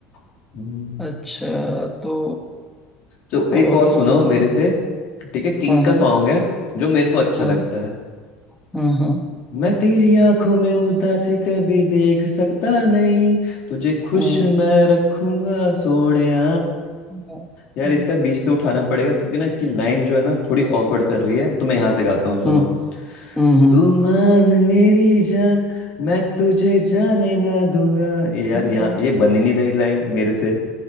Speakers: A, on the left (about 55°); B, in the centre.
A: हम्म,
B: अच्छा तो
A: तो
B: और
A: एक और सुनो
B: कौन
A: मेरे
B: सा
A: से ठीक है किंग
B: हाँ
A: का
B: हाँ
A: सॉन्ग है जो मेरे को अच्छा
B: हाँ
A: लगता है
B: हाँ हाँ
A: मैं तेरी आंखों में उदासी कभी देख सकता नहीं तुझे खुश
B: हाँ
A: मैं रखूंगा सोनिया
B: हाँ,
A: यार
B: हाँ,
A: इसका बीच से उठाना पड़ेगा क्योंकि ना इसकी लाइन जो है ना थोड़ी ऑकवर्ड कर रही है तो मैं यहाँ से गाता हूँ सुनो
B: हम्म हम्म
A: तू मान मेरी जा मैं तुझे जाने ना दूंगा ये
B: ठीक
A: यार यहाँ
B: है।
A: ये बन ही नहीं रही लाइन मेरे से